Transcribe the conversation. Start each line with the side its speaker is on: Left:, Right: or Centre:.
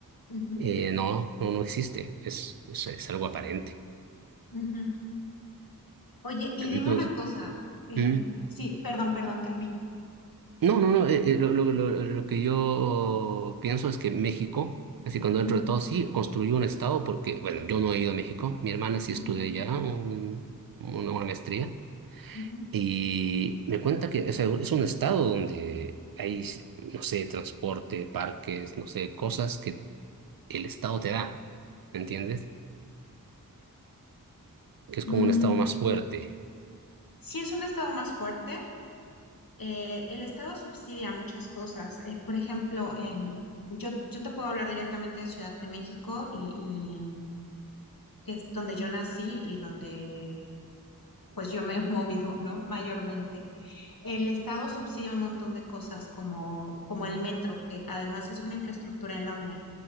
Left: ujú,
Right: eh, no, no, no existe, es, es, es algo aparente.
Left: ujú. Oye, y
Right: Entonces,
Left: dime una cosa. em,
Right: ¿Mm?
Left: sí, perdón, perdón, termina.
Right: no, no, no, eh, eh, lo, lo- lo- lo que yo pienso es que México, así cuando dentro
Left: Ujú,
Right: de todo sí, construyó un Estado porque, bueno, yo no he ido a México, mi hermana sí estudió
Left: ujú,
Right: allá un- una una maestría.
Left: ujú.
Right: Y me cuenta que, o sea, es un estado donde hay, no sé, transporte, parques, no sé, cosas que el estado te da, ¿me entiendes? Que es
Left: Mm,
Right: como un estado más fuerte.
Left: sí es un estado más fuerte. eh, el estado subsidia muchas cosas. eh, por ejemplo, en, yo, yo te puedo hablar directamente de Ciudad de México y que es donde yo nací y donde pues yo me he <laughs> movido, ¿no? Mayormente. El Estado subsidia un montón de cosas como, como el metro, que además es una infraestructura enorme.